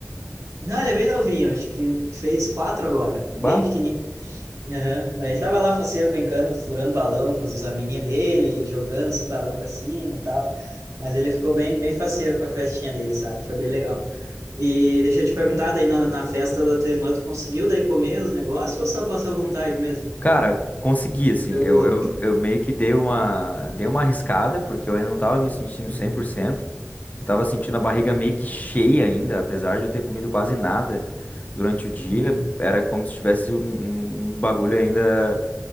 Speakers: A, on the right; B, on the left.
A: não, ele é bem novinho, acho que fez quatro agora, bem
B: Bah.
A: pequenininho. Aham. Daí ele tava lá faceiro brincando, furando balão com os amiguinhos dele, jogando assim balão pra cima e tal. Mas ele ficou bem, bem faceiro com a festinha dele, sabe? Foi bem legal. E deixa eu te perguntar, daí na, na festa da tua irmã, tu conseguiu daí comer os negócios ou só passou vontade mesmo?
B: Cara, consegui, assim.
A: Deu
B: Eu,
A: boa.
B: eu, eu meio que dei uma, dei uma arriscada, porque eu ainda não tava me sentindo
A: Uhum,
B: cem por cento Eu tava sentindo a barriga meio que cheia ainda, apesar de eu ter comido quase nada durante o dia.
A: uhum,
B: Era como se tivesse um, um- um bagulho ainda